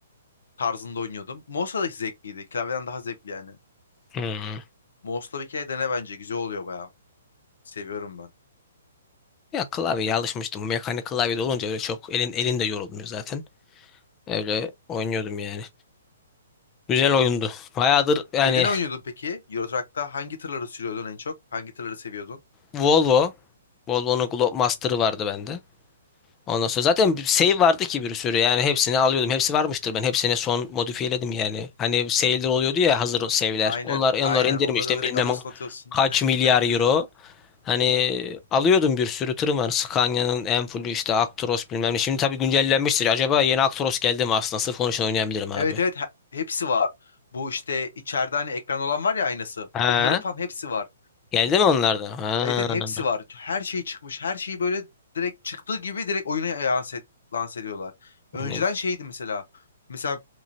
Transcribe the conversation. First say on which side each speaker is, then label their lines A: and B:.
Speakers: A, on the left; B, on the left.
A: tarzında oynuyordum. Mouse'la da zevkliydi. Klavyeden daha zevkli yani.
B: Hmm.
A: Mouse'la bir kere dene bence. Güzel oluyor bayağı. Seviyorum ben.
B: Ya klavyeye alışmıştım. Bu mekanik klavye de olunca öyle çok elin elin de yorulmuyor zaten. Öyle oynuyordum yani. Güzel oyundu. Bayağıdır yani
A: Şeyde ne oynuyordun peki? Euro Truck'ta hangi tırları sürüyordun en çok? Hangi tırları seviyordun?
B: Volvo. Volvo'nun Globemaster'ı vardı bende. Ondan sonra zaten bir save vardı ki bir sürü yani hepsini alıyordum. Hepsi varmıştır ben hepsini son modifiyeledim yani. Hani save'ler oluyordu ya hazır save'ler.
A: Aynen,
B: Onlar onları
A: aynen.
B: indirmiştim
A: Onları direkt
B: bilmem
A: alıyorsun, atıyorsun.
B: kaç milyar
A: <laughs>
B: euro. Hani alıyordum bir sürü tırım var. Scania'nın Enfulu işte Actros bilmem ne. Şimdi tabii güncellenmiştir. Acaba yeni Actros geldi mi aslında? Sırf onun için oynayabilirim abi.
A: Evet evet he- hepsi var. Bu işte içeride hani ekran olan var ya aynası.
B: Ha?
A: Onların falan hepsi var.
B: Geldi mi onlardan? Ha.
A: Evet evet hepsi var. Her şey çıkmış. Her şeyi böyle direkt çıktığı gibi direkt oyuna lanse, lanse ediyorlar. Önceden
B: Hani
A: şeydi mesela. Mesela